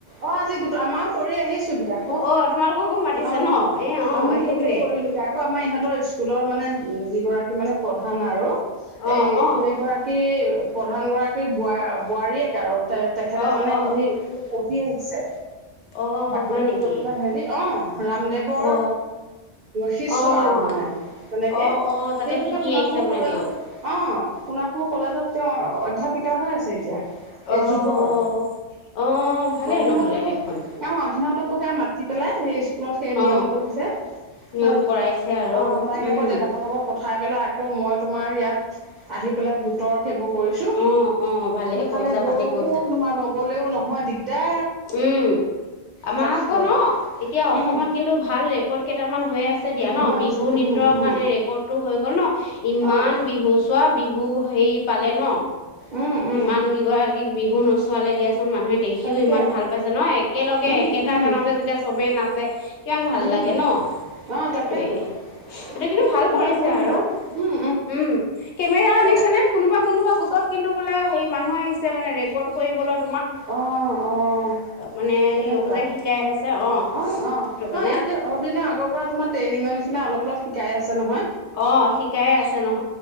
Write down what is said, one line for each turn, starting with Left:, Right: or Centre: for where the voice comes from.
Right: অ' আজি গোটৰ আমাৰও কৰি আহিছোঁ দি আকৌ
Left: অ তোমালোককো মাতিছে
Right: অ'
Left: ন এ অ
Right: আমিও
Left: সেইটোৱে
Right: গলো কৰিবলৈ আকৌ আমাৰ ইহঁতৰ স্কুলৰ মানে যিগৰাকী মানে প্ৰধান আৰু
Left: অ
Right: এই
Left: অ
Right: সেইগৰাকী প্ৰধান গৰাকীৰ বোৱা বোৱাৰীয়েক আৰু। তে তেখেতে
Left: অ
Right: মানে
Left: অ
Right: হেৰি কি আহিছে?
Left: অ
Right: বাহিৰত
Left: হয় নেকি
Right: গৈ পেলাই হেৰি অ' ৰামদেৱৰ
Left: অ
Right: শিষ্য
Left: অ অ
Right: আৰু মানে তেনেকে
Left: অ অ তাতে
Right: তেও
Left: শিকি
Right: এতিয়া সোণাপুৰ
Left: আহিছে মানে
Right: কলেজত
Left: তেওঁ
Right: অ' সোণাপুৰ কলেজত তেওঁ অধ্যয়াপিকা হৈ আছে এতিয়া। এই
Left: অ',
Right: যুগৰ
Left: অ' ভালেই
Right: অ' সিহঁতকো
Left: নহ'লে দেখোন
Right: অ' সিহঁতকো সে মাতি পেলাই সেই স্কুলত সেই
Left: অ
Right: নিয়ম কৰিছে
Left: নিয়ম
Right: তাৰ পিচত
Left: কৰাইছে আৰু
Right: অ' তাইক
Left: উম
Right: আকৌ দেউতাকৰ লগত পঠি খাই পেলাই আকৌ মই তোমাৰ ইয়াত আহি পেলাই ত সেইবোৰ কৰিছো
Left: অ অ ভালেই
Right: ইফালে
Left: কৰিছা
Right: বৰষুণ
Left: ভালেই কৰিছা
Right: তোমাৰ নগলেও নহয় দিগদাৰ
Left: উম আমাৰ
Right: তাকে
Left: আকৌ ন এতিয়া
Right: উম,
Left: অসমত কিন্তু ভাল ৰেকৰ্ড কেইটামান হৈ আছে দিয়া
Right: হৈ
Left: ন,
Right: আছে
Left: বিহু নৃত্যৰ
Right: উম, উম,
Left: কাৰণে ৰেকৰ্ডটো হৈ গ'ল ন ইমান
Right: অ',
Left: বিহু চোৱা বিহু হু হেৰি পালে ন?
Right: উম, উম,
Left: ইমান কেইগৰাকীক বিহু নচ চোৱালে দিয়াছ কিমান মানুহে দেখিও
Right: তাকে
Left: ইমান ভাল পাইছে ন! একেলগে
Right: উম,
Left: একেটা
Right: উম।
Left: গানতে যেতিয়া চবেই নাচে কিমান ভাল
Right: উম,
Left: লাগে ন!
Right: অঁ
Left: সেইটোৱেই
Right: তাকেতো
Left: সেইটো, কিন্তু
Right: তাকে
Left: ভাল
Right: কিবা
Left: কৰিছে
Right: নহয় কিবা
Left: আৰু
Right: উম
Left: উম' কেমেৰা আনিছে
Right: এ
Left: নে? কোনোবা কোনোবা লে হেৰি, মানুহ আহিছে মানে ৰেকৰ্ড কৰিবলত-
Right: অ, অ'
Left: মানে
Right: তেনেকুৱা
Left: য়োগ যে শিকাই আছে
Right: অ'
Left: সেইটো
Right: অ' নহয়
Left: কাৰণে
Right: আজি অলপ দিনৰ আগৰ পৰা তোমাৰ ট্ৰেইনিঙৰ নিচিনা অলপ অলপ শিকাই আছে নহয়।
Left: অ শিকাইে আছে নহ